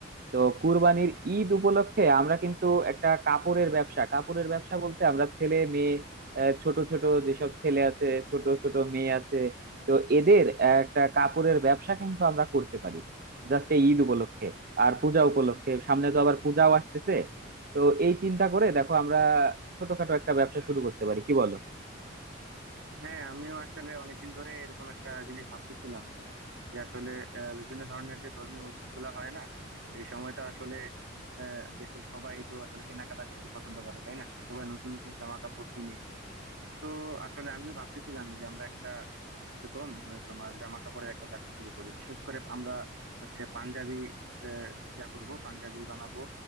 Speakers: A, on the right; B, on the right.
A: তো কুরবানির ঈদ উপলক্ষে আমরা কিন্তু একটা কাপড়ের ব্যবসা কাপড়ের ব্যবসা বলতে আমরা ছেলে মেয়ে আহ, ছোট ছোট যেসব ছেলে আছে ছোট ছোট মেয়ে আছে তো এদের একটা কাপড়ের ব্যবসা কিন্তু আমরা করতে পারি জাস্ট এই ঈদ উপলক্ষে আর পূজা উপলক্ষে সামনে তো আবার পূজাও আসতেছে তো এই চিন্তা করে দেখো আমরা ছোটখাটো একটা ব্যবসা শুরু করতে পারি কি বলো
B: হ্যাঁ আমিও আসলে অনেকদিন ধরে এরকম একটা জিনিস ভাবতেছিলাম যে আসলে আহ, বিভিন্ন ধরনের যে ধর্মীয় উৎসব গুলা হয় না এই সময়টা আসলে আহ, দেশের সবাই তো আসলে কেনাকাটা করতে পছন্দ করে তাই না সবাই নতুন নতুন জামা কাপড় কিনে তো আসলে আমিও ভাবতেছিলাম যে আমরা একটা এরকম আহ, তোমার জামা কাপড়ের একটা ব্যবসা শুরু করি বিশেষ করে আমরা হচ্ছে পাঞ্জাবি আহ, যা করব পাঞ্জাবি বানাবো